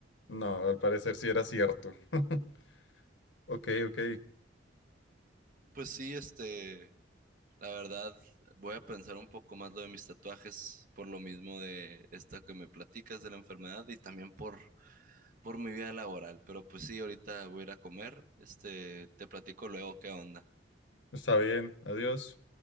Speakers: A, on the left; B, on the right.
A: No, al parecer sí era cierto. <laughs> Ok, ok.
B: Pues sí, este, la verdad, voy a pensar un poco más lo de mis tatuajes, por lo mismo de esta que me platicas de la enfermedad y también por, por mi vida laboral, pero pues sí, ahorita voy a ir a comer, este, te platico luego qué onda.
A: Está bien. Adiós.